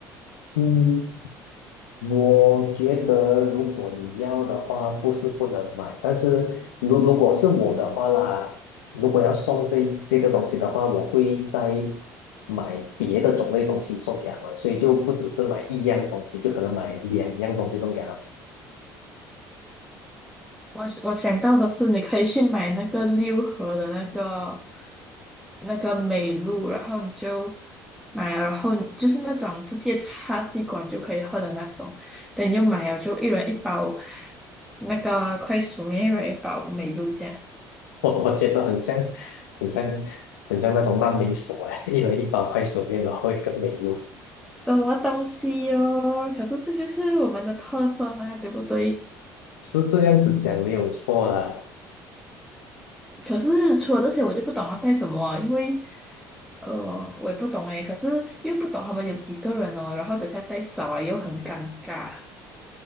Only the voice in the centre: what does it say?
我我想到的是，你可以去买那个六合的那个那个美露，然后你就买了然后就是那种直接插吸管就可以喝的那种。等你就买了，就一人一包那个快速面，一人一包美露酱。
什么东西哟、可是这就是我们的特色嘛，对不对？
可是除了这些，我就不懂要带什么啊，因为呃，我也不懂诶，可是又不懂他们有几个人哦，然后等下带少啊又很尴尬。